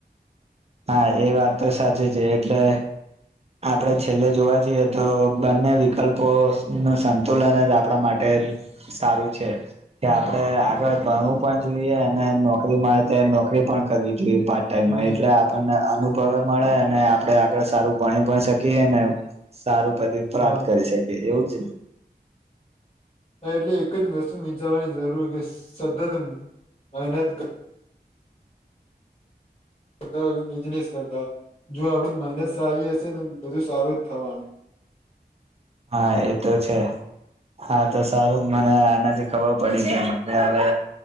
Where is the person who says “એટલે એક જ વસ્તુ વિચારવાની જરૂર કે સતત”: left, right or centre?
Left